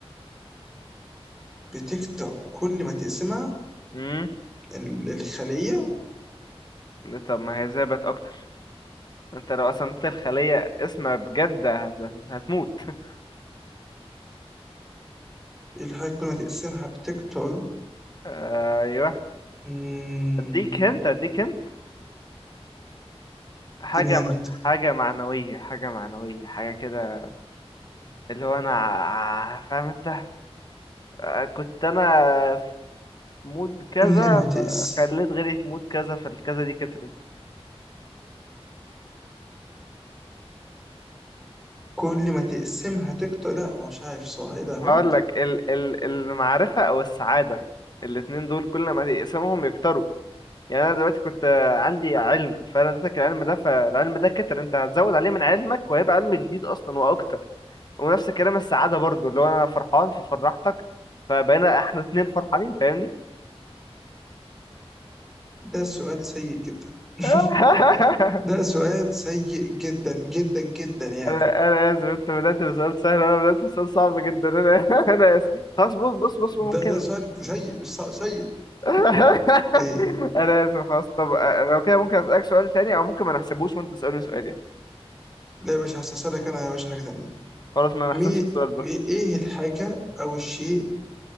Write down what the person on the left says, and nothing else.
مهم.
طب ما هي ازاي بقت اكتر انت لو قسمت الخلية اسمها بجد هت- هتموت <laughs>
ايوه
اديك هنت اديك هنت حاجة
م- حاجة معنوية حاجة معنوية حاجة كده اللي هو انا ع- فاهم انت آه، كنت انا في مود كذا
فخليت غيري في مود كذا فالكذا دي كترت
هقول لك ال ال المعرفة او السعادة الاتنين دول كل ما تقسمهم يكتروا يعني انا دلوقتي كنت آه، عندي علم فانا اديتك العلم ده فالعلم ده كتر انت هتزود عليه من علمك وهيبقى علم جديد اصلا واكتر ونفس الكلام السعاده برضو اللي هو انا فرحان ففرحتك فبقينا احنا اتنين فرحانين فاهمني
<laughs>
انا انا اسف انت بدات بسؤال سهل وانا بدات بسؤال صعب جدا انا <laughs> انا اسف خلاص بص بص بص ممكن
<laughs>
انا اسف خلاص طب لو كده ممكن اسالك سؤال تاني او ممكن ما نحسبوش وانت تسالني سؤال يعني
خلاص ما
نحسبش السؤال ده